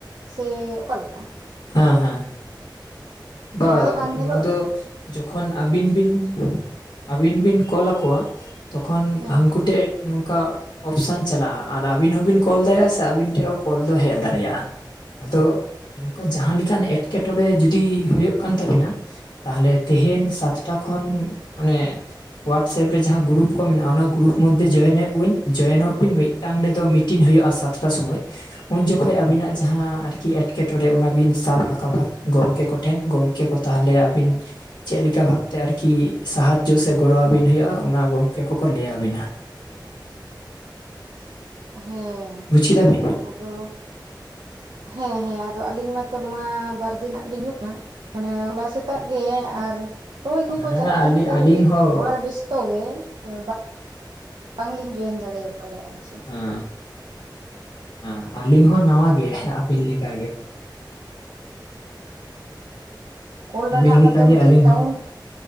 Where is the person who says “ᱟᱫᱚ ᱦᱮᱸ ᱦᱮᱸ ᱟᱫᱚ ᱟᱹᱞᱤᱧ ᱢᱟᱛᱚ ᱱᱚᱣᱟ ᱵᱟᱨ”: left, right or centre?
Right